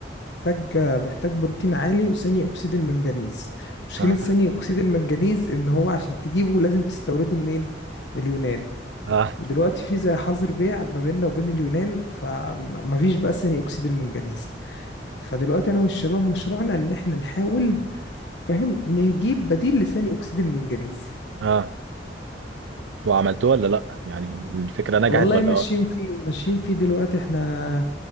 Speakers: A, on the left; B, on the right.
A: محتاج محتاج بروتين عالي وثاني اكسيد المنجنيز مشكله
B: اه
A: ثاني اكسيد المنجنيز ان هو عشان تجيبه لازم تستورده منين من اليونان
B: اه
A: ودلوقتي في زي حظر بيع ما بيننا وبين اليونان فمفيش بقى ثاني اكسيد المنجنيز فدلوقتي انا والشباب مشروعنا ان احنا نحاول فاهم نجيب بديل لثاني اكسيد المنجنيز
B: اه وعملتوه ولا لا يعني الفكرة نجحت
A: والله
B: ولا
A: ماشيين فيه ماشيين فيه دلوقتي احنا